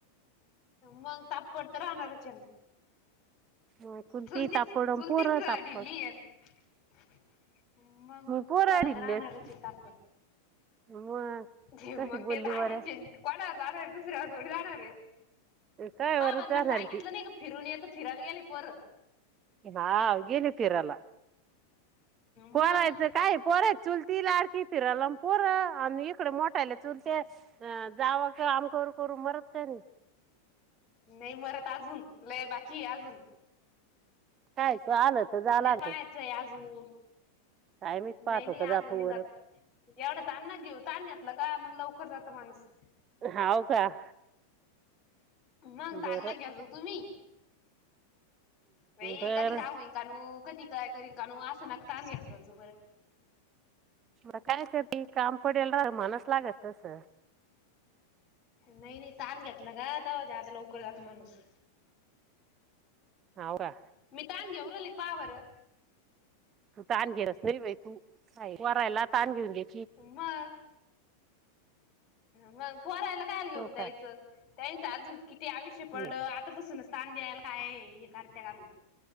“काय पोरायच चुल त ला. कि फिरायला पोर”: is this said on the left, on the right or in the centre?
Right